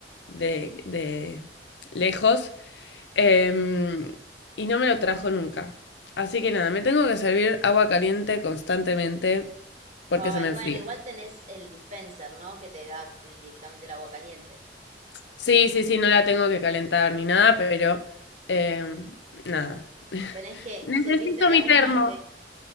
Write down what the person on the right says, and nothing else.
Ay,
bueno,
igual tenés el dispenser, ¿no? Que te da el- directamente el agua caliente.
Tenés que
servirte de
a
un mate,